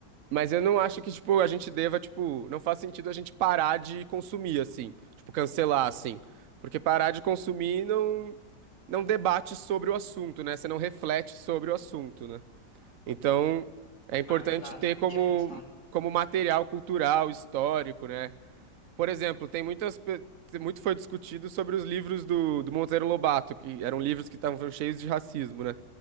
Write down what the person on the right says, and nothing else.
Mas eu não acho que tipo a gente deva tipo, não faz sentido a gente parar de consumir assim, tipo cancelar assim, porque parar de consumir não não debate sobre o assunto, né? Você não reflete sobre o assunto, né? Então, é importante
ter
como
como material cultural, histórico, né? Por exemplo, tem muitas, pe- muito foi discutido sobre os livros do, do Monteiro Lobato, que eram livros que estavam cheios de racismo, né?